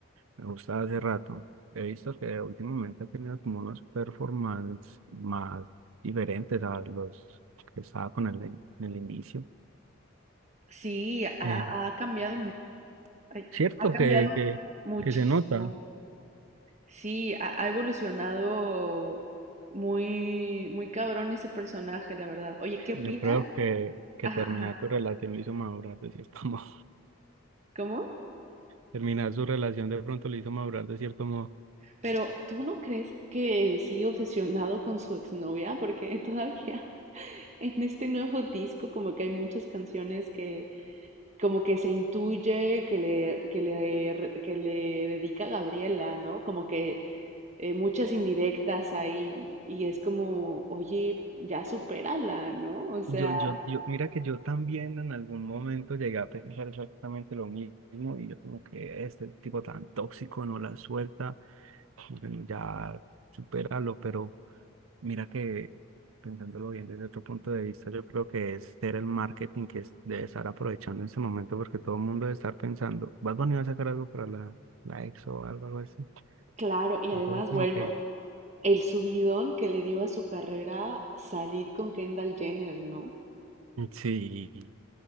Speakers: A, on the right; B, on the right.
A: me gusta hace rato. He visto que últimamente ha tenido como unos performances más diferentes a los que estaba con el, en el inicio.
B: Sí, ha,
A: Eh,
B: ha cambiado mu- ay,
A: cierto
B: ha cambiado
A: que, que,
B: muchísimo.
A: que se nota.
B: Sí, ha, ha evolucionado muy, muy cabrón ese personaje, la verdad. Oye, ¿qué opinas?
A: Yo creo que, que
B: Ajá,
A: terminar
B: ajá.
A: tu relación lo hizo madurar de cierto <laughs> modo.
B: ¿Cómo?
A: Terminar su relación de pronto lo hizo madurar de cierto modo.
B: Pero ¿tú no crees que sigue obsesionado con su exnovia? Porque todavía <laughs> en este nuevo disco como que hay muchas canciones que como que se intuye que le, que le, re- que le dedica a Gabriela, ¿no? Como que eh, muchas indirectas ahí y es como, oye, ya supérala, ¿no? O sea...
A: Yo, yo, yo, mira que yo también en algún momento llegué a pensar exactamente lo mismo y yo como que este tipo tan tóxico no la suelta, como que ya supéralo, pero mira que pensándolo bien desde otro punto de vista, yo creo que es ser el marketing que es- debe estar aprovechando en ese momento porque todo el mundo debe estar pensando, ¿vas a venir a sacar algo para la, la ex o algo, algo así?
B: Claro, y además,
A: Entonces
B: bueno,
A: como que
B: el subidón que le dio a su carrera salir con Kendall Jenner, ¿no?
A: sí.